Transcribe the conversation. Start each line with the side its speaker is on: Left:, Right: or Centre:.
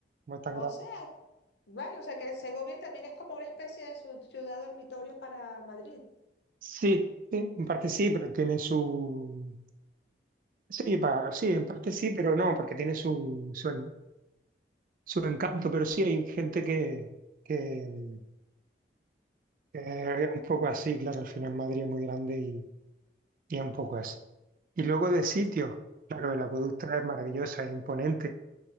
Right: como es tan
Left: O
Right: grande.
Left: sea, Vale, o sea que Segovia también es como una especie de su- ciudad dormitorio para Madrid.
Right: Sí, sí, en parte sí, pero tiene su... Sí, pa- sí, en parte sí, pero no, porque tiene su, su, en- su encanto, pero sí hay gente que, que, que es un poco así, claro, al final Madrid es muy grande y, y es un poco así. Y luego de sitio, claro, el acueducto es maravilloso, es imponente,